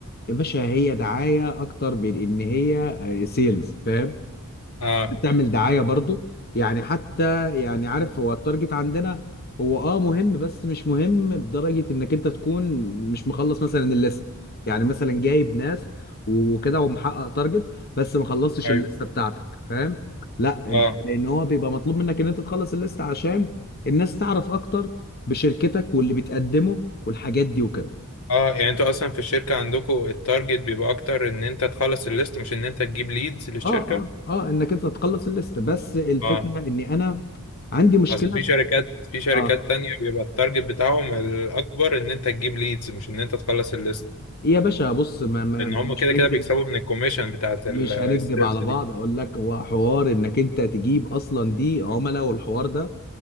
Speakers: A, on the left; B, on the left.
A: يا باشا هي دعايه اكتر من ان هي سيلز فاهم
B: اه
A: بتعمل دعاية برضو يعني حتى يعني عارف هو التارجت عندنا هو اه مهم بس مش مهم بدرجة انك انت تكون مش مخلص مثلا الليست يعني مثلا جايب ناس وكده ومحقق تارجت بس ما خلصتش
B: ايوه
A: الليستة بتاعتك فاهم لا
B: اه
A: انت لان هو بيبقى مطلوب منك ان انت تخلص الليستة عشان الناس تعرف اكتر بشركتك واللي بتقدمه والحاجات دي وكده
B: اه يعني انتوا اصلا في الشركه عندكم التارجت بيبقى اكتر ان انت تخلص الليست مش ان انت تجيب ليدز للشركه
A: اه اه اه انك انت تخلص الليستة بس الفكرة
B: اه
A: اني انا عندي مشكلة
B: اصل في شركات في شركات
A: اه
B: تانية بيبقى التارجت بتاعهم الاكبر ان انت تجيب ليدز مش ان انت تخلص الليست
A: يا باشا بص ما ما
B: لان هم
A: مش
B: كده
A: هنكدب
B: كده بيكسبوا من الكوميشن بتاعت
A: مش
B: ال- السيلز
A: هنكدب على بعض
B: دي
A: اقول لك هو حوار انك انت تجيب اصلا دي عملاء والحوار ده